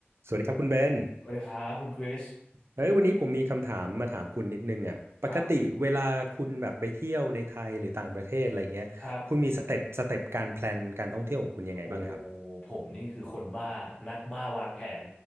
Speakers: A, on the right; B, on the left.
A: สวัสดีครับคุณเบน
B: สวัสดีครับคุณคริส
A: เอ้ยวันนี้ผมมีคำถามมาถามคุณนิดนึงอ่ะปกติเวลาคุณแบบไปเที่ยวในไทยหรือต่างประเทศอะไรเงี้ยคุณมีสเต็ปสเต็ปการแพลนการท่องเที่ยวของคุณยังไงบ้างครับ
B: ครับครับโอ้ผมนี่คือคนบ้านักบ้าวางแผน